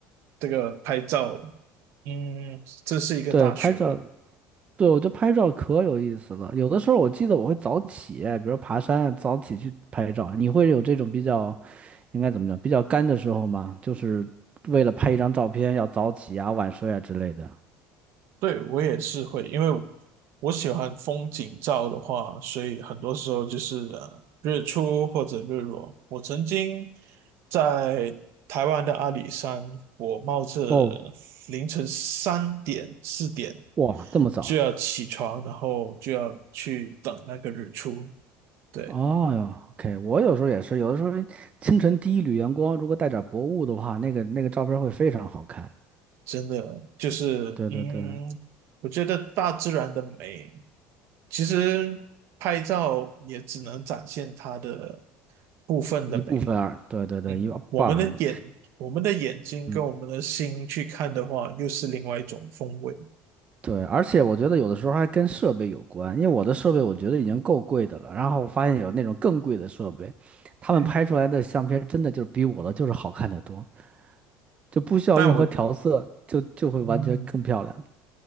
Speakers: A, on the right; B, on the right.
A: 这个拍照，嗯，这是一个大学问。
B: 对，拍照，对，我觉得拍照可有意思了。有的时候我记得我会早起，比如说爬山，早起去拍照。你会有这种比较，应该怎么讲，比较干的时候吗？就是为了拍一张照片要早起啊、
A: 嗯，
B: 晚睡啊之类的。
A: 对，我也是会，因为我喜欢风景照的话，所以很多时候就是呃日出或者日落。我曾经在台湾的阿里山，我冒着凌晨三点四点
B: 哦，哇，这么早？
A: 就要起床，然后就要去等那个日出。对，
B: 哦哟，OK，我有时候也是，有的时候清晨第一缕阳光，如果带点薄雾的话，那个那个照片会非常好看。
A: 真的就是，
B: 对对对，
A: 嗯，我觉得大自然的美，其实拍照也只能展现它的部分的美。
B: 一部分而，对对对，
A: 嗯，
B: 一半儿而已。
A: 我们的眼，我们的眼睛跟我们的心去看的话，
B: 嗯
A: 又是另外一种风味。
B: 对，而且我觉得有的时候还跟设备有关，因为我的设备我觉得已经够贵的了，然后我发现有那种更贵的设备，他们拍出来的相片真的就是比我的就是好看的多，
A: 嗯
B: 就不需要任何调色，
A: 但我，
B: 就就会完全更漂亮。
A: 嗯，